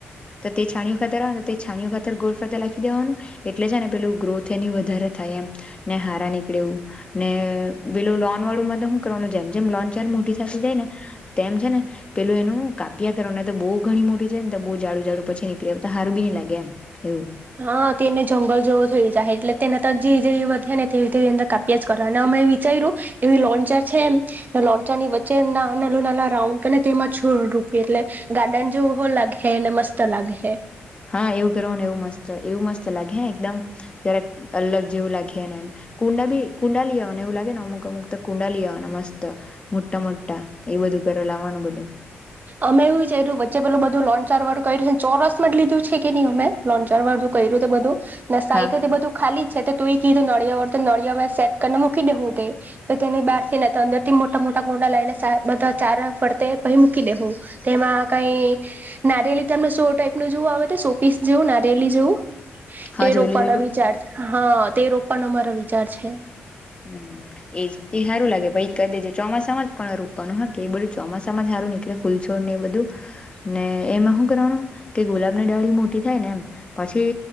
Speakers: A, on the left; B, on the right.
A: તો તે છાણ્યું ઓ ખાતર આવે ને તો તે છાણ્યું ખાતર ગોલ ફરતે લાખી દેવાનું, એટલે છે ને પેલું ગ્રોથ એની વધારે થા હાઈ એમ ને હારા નીકળે એવુ ને પેલું લોન વાળું મતલબ હું કરવાનું જેમ જેમ લોન થ જાયને તેમ છે ને પેલું એનું કાપિયા કરવા ને તો બઉ ઘણી મોટી થાય ને તો બ જાાડુ જાાડું પછી નીકળે તો હારું બી નઈ લાગે એમ એવું.
B: હા તેને જંગલ જેવો થઈ જાય એટલે તેને ત જે જે વધે ને તે અંદર કાપ્યા જ કરવા વિચાર્યું લોન્ચા ચા છે એ લોન્ચા ની વચ્ચે ના ના રાઉન્ડ કરી ને રૂપ એટલે ગાર્ડન જેવું હો લાગે ને મસ્ત લાગે હે
A: હા એવું કરવાનું ને એવું મસ્ત એવું મસ્ત લાગે એકદમ જ્યારેક અલગ જેવું લાગેને એ કુંડા બી કુંડા લી આવાના એવું લાગે મુકમુક તો કુંડા લી આવાના મસ્ત મોટા મોટા. એ બધું કરે લાવવાનું બધું.
B: અમે એવું વિચાઇરુ વચ્ચે એ પેલું લોંચાર વાળું કર્યું છે ચોરસમાં જ લીધું છે કે નહી અમે લોનચાર વાળું કર્યું બધું સાઈ
A: હા
B: બધું ખાલી જ છે. તું એ કીધું નળિયા વળ તો નળિયામાં સેટ કરીને મૂકી દે હું તે તેની બહાર થી તો અંદર થી મોટા મોટા કુંડા લઈને બધા ચાર ફડતે ભ દેું તેમાં કઈ નારેયલી તમને શો ટાઈપ ન જેવું આવે તો શો પીસ જેવું નારેલી જો
A: હા
B: એ
A: જોયલું
B: રોપાનો
A: જોયલું
B: વિચાર હા તે રોપાનો અમારા વિચાર છે
A: હમ્મ એજ એ સારું લાગે પ ક દે ચોમાસામાં જ પણ રોકવાનું હ એ બધું ચોમાસામાં જ નીકળે ફૂલ છોડ ને એ બધું ને એમાં હું કરવાનું કે ગુલાબની ડાળી મોટી થાય ને એમ પછી